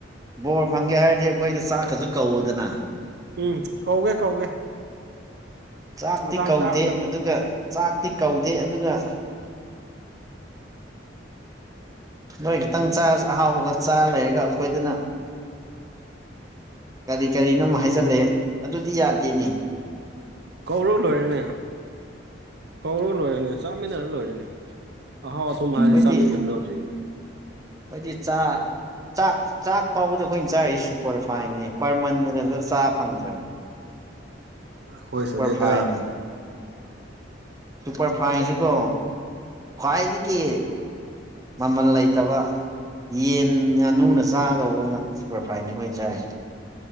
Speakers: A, on the right; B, on the right.
A: ꯕꯣꯔ ꯐꯪꯒꯦ ꯍꯥꯏꯔꯗꯤ ꯑꯩꯈꯣꯏꯗ ꯆꯥꯛꯀꯁꯨ ꯀꯧꯎꯗꯅ
B: ꯎꯝ ꯀꯧꯒꯦ ꯀꯧꯒꯦ
A: ꯆꯥꯛꯇꯤ
B: ꯃꯇꯥꯡ
A: ꯀꯧꯗꯦ
B: ꯆꯥꯕꯗ
A: ꯑꯗꯨꯒ ꯆꯥꯛꯇꯤ ꯀꯧꯗꯦ ꯑꯗꯨꯒ ꯅꯣꯏ ꯈꯤꯛꯇꯪ ꯆ ꯑꯍꯥꯎꯕ ꯈꯛ ꯆꯥꯔ ꯂꯩꯔꯒ ꯑꯩꯈꯣꯏꯗꯅ ꯀꯔꯤ ꯀꯔꯤꯅꯣ ꯍꯥꯏꯖꯤꯜꯂꯦ ꯑꯗꯨꯗꯤ ꯌꯥꯗꯦꯅꯤ
B: ꯀꯧꯔꯨ ꯂꯣꯏꯔꯦꯅꯦ ꯀꯧꯔꯨ ꯂꯣꯏꯔꯦꯅꯦ ꯆꯥꯃꯤꯟꯅꯔ ꯂꯣꯏꯔꯦꯅꯦ ꯑꯍꯥꯎ ꯑꯗꯨꯨꯝ
A: ꯑꯩꯈꯣꯏꯗꯤ
B: ꯍꯥꯏꯁꯦ ꯆꯥꯃꯤꯟꯅꯒꯗꯧꯕꯅꯦ
A: ꯑꯩꯈꯣꯏꯗꯤ ꯆꯥ ꯆꯥꯛ ꯆꯥꯛ ꯐꯥꯎꯕꯗ ꯑꯩꯈꯣꯏꯅ ꯆꯥꯔꯤꯁꯤ ꯁꯨꯄꯔ ꯐꯥꯏꯟꯅꯤ ꯄꯔꯃꯟꯒ ꯆꯥ ꯐꯪꯗ꯭ꯔꯕꯅꯦ
B: ꯑꯩꯈꯣꯏꯁꯨꯅꯦꯗ
A: ꯁꯨꯄꯔ ꯐꯥꯏꯟꯅꯤ ꯁꯨꯄꯔ ꯐꯥꯏꯟꯁꯨꯀꯣ ꯈ꯭ꯋꯥꯏꯗꯤ ꯀ ꯃꯃꯜ ꯂꯩꯇꯕ ꯌꯦꯟ ꯉꯥꯅꯨꯅ ꯆꯥꯒꯗꯧꯕ ꯉ ꯁꯨꯄꯔꯐꯥꯏꯟꯅꯤ ꯑꯩꯈꯣꯏꯅ ꯆꯥꯏ